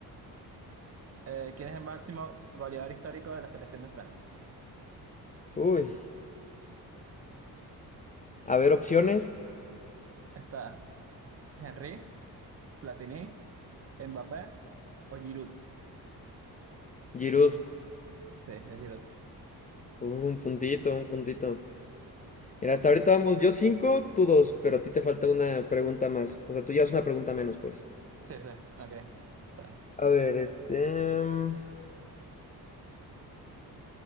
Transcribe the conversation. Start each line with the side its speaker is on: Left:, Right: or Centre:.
Right: Eh, ¿quién es el máximo goleador histórico de la selección de Francia?
Left: Uy. A ver, opciones.
Right: Está Henry, Platini, Mbappé o Giroud.
Left: Giroud.
Right: Sí, es Giroud.
Left: Uf, un puntito, un puntito. Mira, hasta
Right: Sí,
Left: ahorita
Right: sí,
Left: vamos yo cinco, tú dos, pero a ti te falta una pregunta más. O sea, tú llevas una pregunta menos, pues.
Right: sí, sí, ok. Está bien.
Left: A ver, este... mm,